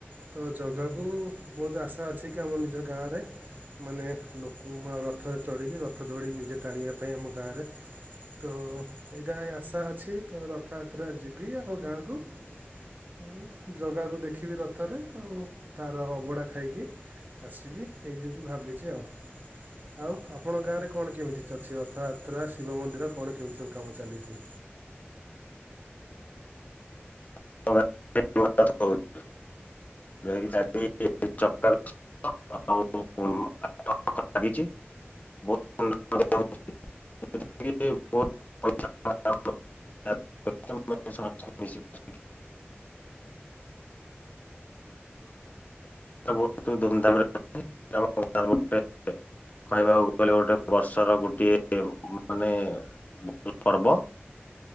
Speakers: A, on the right; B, on the left.
A: ତ ଜଗାକୁ ବହୁତ ଆଶା ଅଛି କି ଆମ ନିଜ ଗାଁରେ ମାନେ ଲୋକ ରଥରେ ଚଢ଼ିକି ରଥ ଦଉଡ଼ିକି ନିଜେ ଟାଣିବା ପାଇଁ ଆମ ଗାଁରେ ତ ଏଇଟା ଆଶା ଅଛି ତ ରଥଯାତ୍ରା ଯିବି ଆଉ ଗାଁକୁ ହୁଁ ଜଗାକୁ ଦେଖିବି ରଥରେ ଆଉ ତାର ଅବଢା ଖାଇକି ଆସିବି ଏଇ ଯେମିତି ଭାବିଛି ଆଉ ଆଉ ଆପଣଙ୍କ ଗାଁରେ କଣ କେମିତି ଅଛି ରଥଯାତ୍ରା ଶିବ ମନ୍ଦିର କଣ କେମିତି ସବୁ କାମ ଚାଲିଛି?
B: <inaudible> <inaudible> <inaudible> <inaudible> <inaudible> ବହୁତ ଧୁମଧାମରେ ଆମ ଗାଁରେ ଗୋଟେ କହିବାକୁ ଗଲେ ଗୋଟେ ବର୍ଷର ଗୋଟିଏ ମାନେ ଭଲ ପର୍ବ